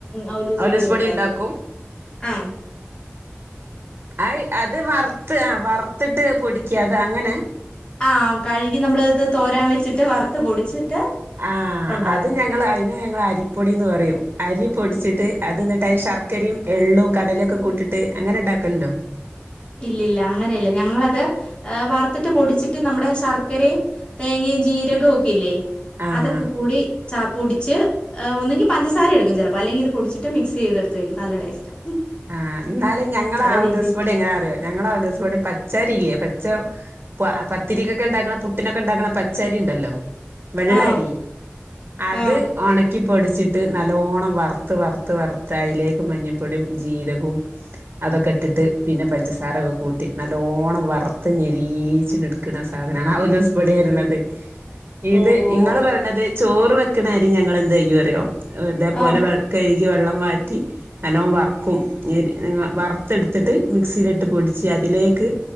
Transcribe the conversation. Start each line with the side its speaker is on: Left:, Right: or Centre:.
Left: അവ്ലൂസ്
Right: ഓലൂസ്
Left: പൊടിയുണ്ടകും
Right: പൊടി ഇണ്ടാക്കും
Left: ആഹ്
Right: ആഹ് അത് വർത്ത് ആഹ് വർത്തിട്ട് പൊടിക്കത് അങ്ങനെ
Left: ആഹ് കഴുകി നമ്മളിത് തോരാൻ വെച്ചിട്ട് വറുത്ത് പൊടിച്ചിട്ട്
Right: ആഹ്
Left: ഉണ്ടാക്കും
Right: അത് ഞങ്ങളയ്ന് ഞങ്ങളരിപ്പൊടിന്ന് പറയും അരി പൊടിച്ചിട്ട് അത് ന്നിട്ട് ശർക്കരയും എള്ളും കടലൊക്കെ കൂ ട്ടിട്ട് അങ്ങനെണ്ടാക്കല്ണ്ടോ
Left: ഇല്ലില്ല ങ്ങനെല്ല ഞങ്ങളത് വർത്തിട്ട് പൊടിച്ചിട്ട് നമ്മുടെ ശർക്കരേം തേങ്ങേം ജീരകൊക്കെല്ലേ
Right: ആഹ്
Left: അതൊക്കെ കൂടി ചാ പൊടിച്ച് ഒന്നെങ്കിൽ പഞ്ചസാര എടുക്കും ചെലപ്പോ അല്ലെങ്കിത് പൊടിച്ചിട്ട് മിക്സെയ്തെടുത്ത് കഴിക്കും നല്ല ടേസ്റ്റാ
Right: ആഹ് ന്നാലും ഞങ്ങളവലോസ്
Left: രീതി
Right: പൊടി എങ്ങനെ അറിയോ ഞങ്ങളവലോസ് പൊടി പച്ചരി ല്ലേ പച്ച പ പത്തിരിക്കൊക്കെണ്ടാക്ക്ണ പുട്ടിനൊക്കെണ്ടാക്ക്ണ പച്ചരി ണ്ടല്ലോ വെള്ളരി
Left: ആ
Right: അത്
Left: ആ
Right: ഒണ ക്കി പൊടിച്ച്ട്ട് നല്ലോണം വർത്ത് വർത്ത് വർത്ത് അയ്ലേക്ക് മഞ്ഞപ്പൊട്യും ജീരകവും അതൊക്കെട്ട്ട്ട് പിന്നെ പഞ്ചസാരൊക്കെ കൂട്ടി നല്ലോണം വർത്ത് ഞെരീച്ചിങ്ങ്ട്- ക്ക്ണ സാധനാണ് അവലോസ് പൊടി വര്ണത് ഇത്
Left: ഓ ഓ
Right: ഇങ്ങള്
Left: ഓ
Right: പറ്യണത് ചോറ് വെക്കണരി ഞങ്ങളെന്തയ്യറിയോ ഇതേപോലെ
Left: ആ
Right: വെ കഴ് ഴ്കി വെള്ളം വാറ്റി നല്ലോം വർ ക്കും ഞെര് വർത്തെട്ത്ത്ട്ട് മിക്സീലിട്ട് പൊടിച്ച് അതിലേക്ക്